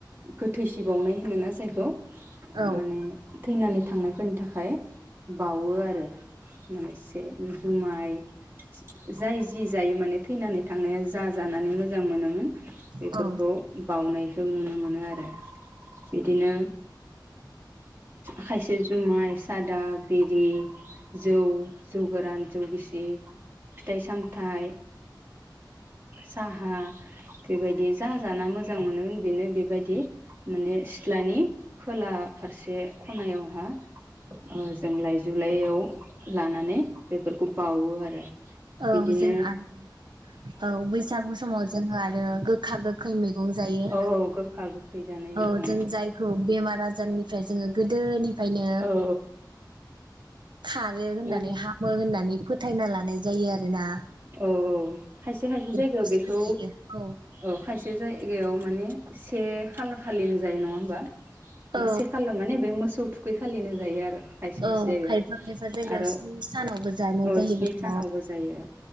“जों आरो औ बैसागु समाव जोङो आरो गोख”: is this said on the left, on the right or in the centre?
Right